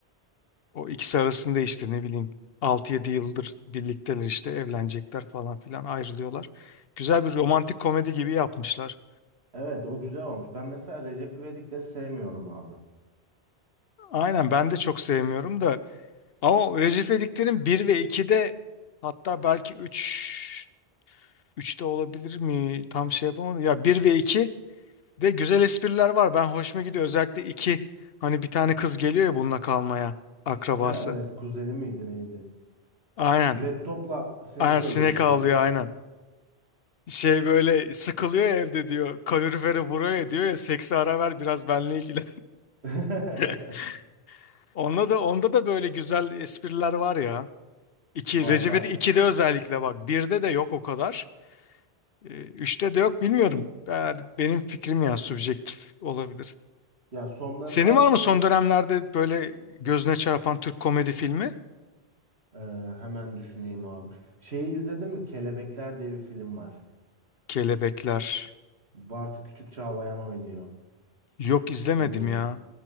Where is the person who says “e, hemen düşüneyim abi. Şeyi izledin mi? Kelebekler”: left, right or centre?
Right